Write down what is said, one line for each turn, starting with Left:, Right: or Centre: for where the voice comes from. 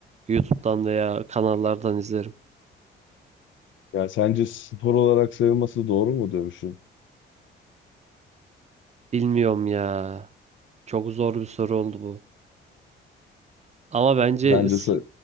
Right: YouTube'dan veya kanallardan izlerim.
Left: Ya sence spor olarak sayılması doğru mu dövüşün?
Right: Bilmiyorum ya. Çok zor bir soru oldu bu. Ama bence
Left: Bence
Right: is-
Left: sa-